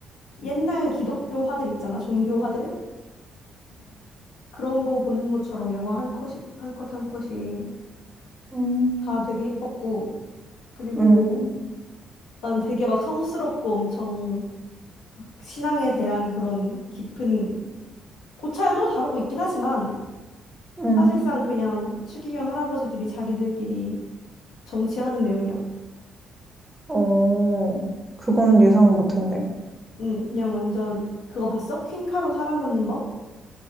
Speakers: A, on the left (about 90°); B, on the right (about 15°).
A: 옛날 기독교 화들 있잖아 종교 화들 그런 거 보는 것처럼 영화 한 컷이 한 컷 한 컷이
B: 음,
A: 다 되게 예뻤고 그리고
B: 음,
A: 난 되게 막 성스럽고 엄청 막 신앙에 대한 그런 깊은 고찰도 다루고 있긴 하지만
B: 음.
A: 사실상 그냥 추기경 할아버지들이 자기들끼리 정치하는 내용이야.
B: 어, 그건 예상을 못했네.
A: 응, 그냥 완전 그거 봤어? 퀸카로 살아남는 법?